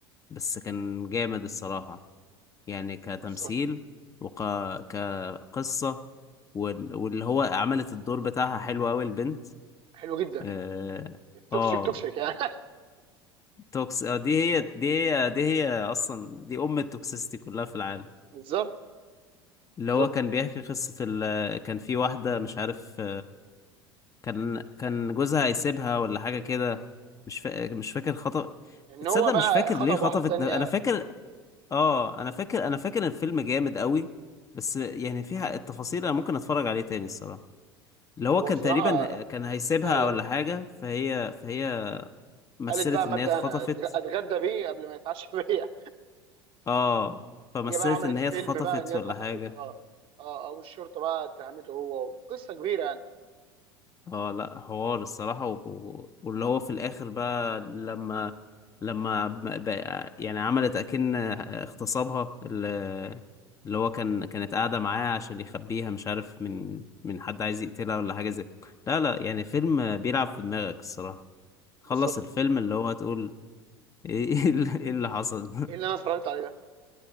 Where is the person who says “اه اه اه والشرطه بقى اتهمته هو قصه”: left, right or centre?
Right